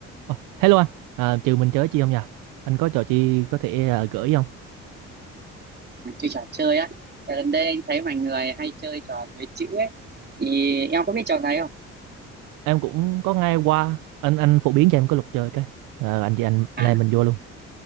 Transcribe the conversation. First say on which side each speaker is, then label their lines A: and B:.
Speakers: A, on the right; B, on the right.
A: Ờ, Hello anh, à, trừ mình chơi chi không nha? Anh có trò chi có thể à, gửi không?
B: mà chơi trò chơi á Tại gần đây anh thấy mọi người hay chơi trò nối chữ ấy thì em có biết trò này không
A: Em cũng có nghe qua, anh anh phổ biến cho em có luật chơi cái. À, anh chị anh anh
B: à
A: em mình vô luôn.